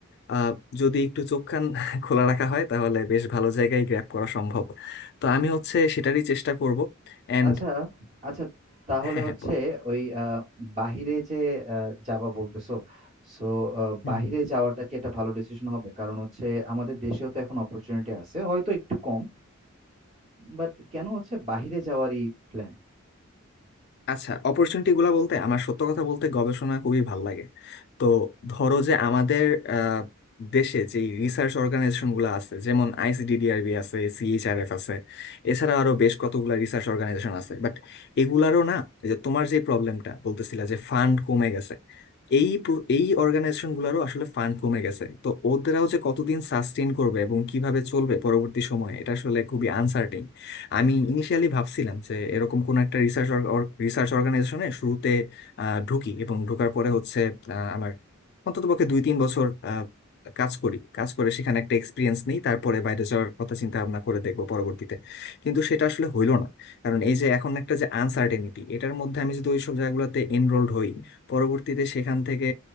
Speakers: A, on the left (about 50°); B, on the right (about 35°).
A: আহ, যদি একটু চোখ কান খোলা রাখা হয় তাহলে বেশ ভালো জায়গায় গ্র্যাব করা সম্ভব তো আমি হচ্ছে সেটারই চেষ্টা করব অ্যান্ড
B: আচ্ছা আচ্ছা তাহলে
A: হ্যাঁ
B: হচ্ছে
A: হ্যাঁ বল
B: ওই আহ, বাহিরে যে আহ, যাবা বলতেছো সো
A: হুম,
B: বাহিরে
A: হুম, হুম।
B: যাওয়াটা কি একটা ভালো ডিসিশন হবে কারণ হচ্ছে আমাদের দেশেও তো এখন অপরচুনিটি আছে হয়তো একটু কম বাট কেন হচ্ছে বাহিরে যাওয়ারই প্ল্যান
A: আচ্ছা অপরচুনিটি গুলা বলতে আমার সত্য কথা বলতে গবেষণা খুবই ভাল লাগে তো ধরো যে আমাদের আহ, দেশে যে রিসার্চ অর্গানাইজেশন গুলো আছে যেমন আইসিডিডিআরবি আছে সিএইচআরএফ আছে এছাড়া আরো বেশ কতগুলা রিসার্চ অর্গানাইজেশন আছে বাট এগুলারও না এই যে তোমার যে প্রবলেমটা বলতেছিলা যে ফান্ড কমে গেছে এই প্র- এই অর্গানাইজেশন গুলারও আসলে ফান্ড কমে গেছে তো ওদেরাও যে কতদিন সাস্টেইন করবে এবং কিভাবে চলবে পরবর্তী সময়ে এটা আসলে খুবই আনসার্টিন আমি ইনিশিয়ালি ভাবছিলাম যে এরকম কোন একটা রিসার্চ রিসার্চ অর্গানাইজেশনে শুরুতে আহ, ঢুকি এবং ঢোকার পরে হচ্ছে আহ, আমার অন্ততপক্ষে দুই তিন বছর আহ, কাজ করি কাজ করে সেখানে একটা এক্সপিরিয়েন্স নিই তারপরে বাইরে যাওয়ার কথা চিন্তা ভাবনা করে দেখবো পরবর্তীতে কিন্তু সেটা আসলে হইলো না কারণ এই যে এখন একটা যে আনসার্টেনিটি এটার মধ্যে আমি যদি ওইসব জায়গাগুলোতে এনরোলড হই পরবর্তীতে সেখান থেকে